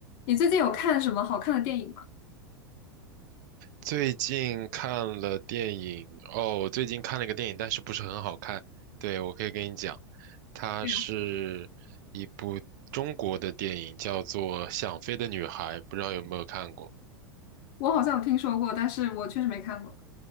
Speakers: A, on the left; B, on the right.
A: 你最近有看什么好看的电影吗？
B: 最近看了电影哦，我最近看了一个电影，但是不是很好看。对，我可以跟你讲，它是一部中国的电影，
A: 对呀，
B: 叫做《想飞的女孩》，不知道有没有看过？
A: 我好像有听说过，但是我确实没看过。